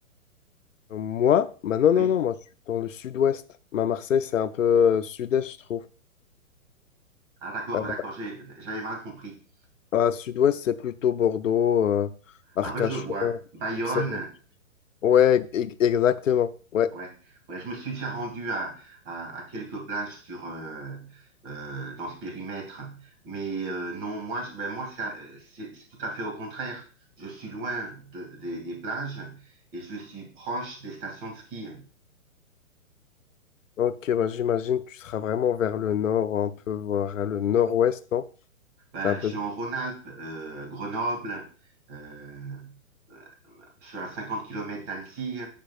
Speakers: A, on the left; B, on the right.
A: Moi, bah non,
B: Oui.
A: non, non, moi je suis dans le sud-ouest. Ma Marseille, c'est un peu euh, sud-est, je trouve.
B: Ah, d'accord,
A: Euh,
B: d'accord, j'ai- j'avais mal compris.
A: à sud-ouest, c'est plutôt Bordeaux, euh, Arcachon,
B: Ah ben je vois. Bayonne,
A: etc. Ouais, e- exactement. Ouais.
B: ouais, ouais, je me suis déjà rendu à, à, à quelques plages sur euh, euh, dans ce périmètre, mais euh, non, moi, je- ben moi ça, euh, c'est c'est tout à fait au contraire. Je suis loin de- des, des plages et je suis proche des stations de ski.
A: Ok, bah j'imagine que tu seras vraiment vers le nord, un peu vers le nord-ouest, non?
B: Ben,
A: C'est un peu.
B: je suis en Rhône-Alpes, euh, Grenoble, euh, euh, je suis à 50 kilomètres d'Annecy,